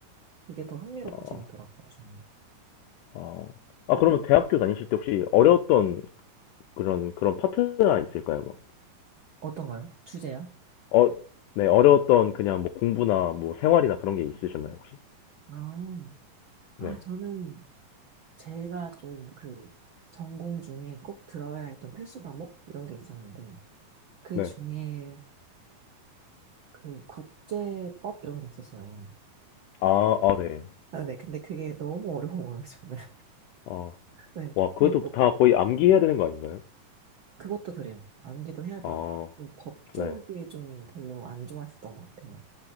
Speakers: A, on the right; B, on the left.
A: 그게 더 흥미롭고
B: 어.
A: 재밌더라고요, 저는.
B: 어. 아,
A: 음.
B: 그러면 대학교 다니실 때 혹시 어려웠던 그런 그런 파트가 있을까요? 막.
A: 어떤가요? 주제요?
B: 어, 네. 어려웠던 그냥 뭐 공부나 뭐 생활이나 그런 게 있으셨나요, 혹시?
A: 아,
B: 네.
A: 아, 저는 제가 좀 그 전공 중에 꼭 들어야 했던 필수 과목? 이런 게 있었는데, 그
B: 네.
A: 중에 그 국제법 이런 게 있었어요.
B: 아, 아, 네.
A: 아, 네. 근데 그게 너무 어려운 거예요, 저는. <laughs>
B: 어.
A: 네.
B: 와, 그것도
A: 재미도 없고.
B: 다 거의 암기해야 되는 거 아닌가요?
A: 그것도 그래요. 암기도 해야 되고.
B: 아,
A: 음, 법 쪽이
B: 네.
A: 좀 별로 안 좋아했었던 것 같아요.